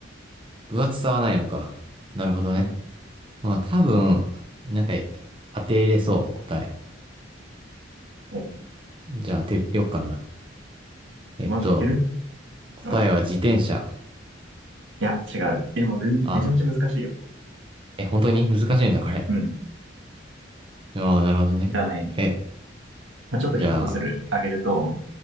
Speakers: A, on the right (about 25°); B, on the right (about 85°).
A: 分厚さはないのか。なるほどね。
B: うん。
A: まあ、多分、なんか、当てれそう、答え。
B: も
A: じゃあ当てよっかな。えっと、
B: う、マジいける
A: 答えは自転車。
B: うん。いや、違う。でも全、
A: あ、
B: めちゃめちゃ難しいよ。
A: え、本当に難しいんだ、これ。
B: うん。
A: ああ、なるほどね。
B: じゃあね、
A: え、
B: まあ、ちょっとヒットする、
A: じゃあ、
B: あげると、